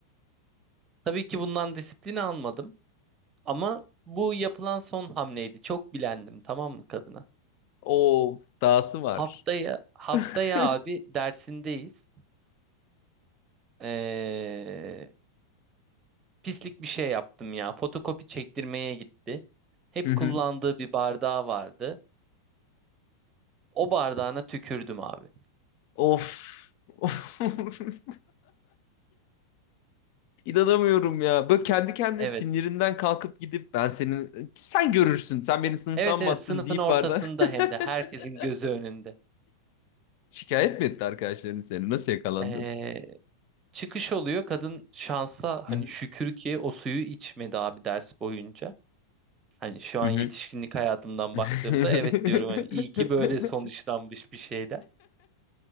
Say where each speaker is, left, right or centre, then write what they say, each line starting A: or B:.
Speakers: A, on the right; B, on the left.
A: Tabii ki bundan disiplin almadım ama bu yapılan son hamleydi. Çok bilendim tamam mı kadına?
B: Oo, dahası var.
A: Haftaya haftaya
B: <laughs>
A: abi dersindeyiz. Ee, pislik bir şey yaptım ya. Fotokopi çektirmeye gitti. Hep
B: Hı hı.
A: kullandığı bir bardağı vardı. O bardağına tükürdüm abi.
B: Of. <laughs> İnanamıyorum ya. Böyle kendi kendine
A: Evet.
B: sinirinden kalkıp gidip ben senin sen görürsün sen beni sınıftan
A: Evet
B: mı
A: evet
B: attın
A: sınıfın
B: deyip
A: ortasında
B: barda
A: hem de herkesin
B: <laughs>
A: gözü önünde.
B: şikayet mi etti arkadaşların seni? Nasıl yakalandın?
A: Ee, çıkış oluyor. Kadın şansa
B: Hı
A: hani
B: hı.
A: şükür ki o suyu içmedi abi ders boyunca. Hani şu
B: Hı
A: an
B: hı.
A: yetişkinlik hayatımdan
B: <laughs>
A: baktığımda evet diyorum hani iyi ki böyle sonuçlanmış bir şeyler.